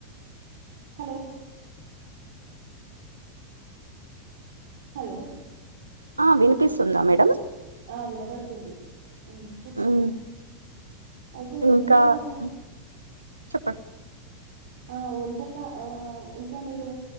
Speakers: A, on the right; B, on the right.
A: హలో హలో
B: ఆ వినిపిస్తుందా మేడమ్
A: ఆ వినబడుతుంది ఉమ్ చెప్పండి
B: ఉమ్.
A: అయితే వంటకాలు
B: ఇంకా ఉమ్, చెప్పండి
A: ఆ వంటకా ఆ ఇంకా మీరు